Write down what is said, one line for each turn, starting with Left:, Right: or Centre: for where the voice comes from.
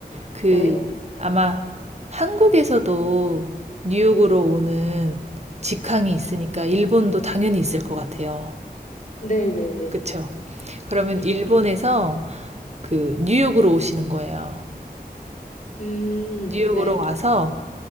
Right: 그
Left: 네,
Right: 아마 한국에서도 뉴욕으로 오는 직항이 있으니까 일본도 당연히 있을 것 같아요.
Left: 네, 네, 네.
Right: 그쵸? 그러면
Left: 이-
Right: 일본에서 그 뉴욕으로 오시는 거예요.
Left: 음,
Right: 뉴욕으로
Left: 네,
Right: 와서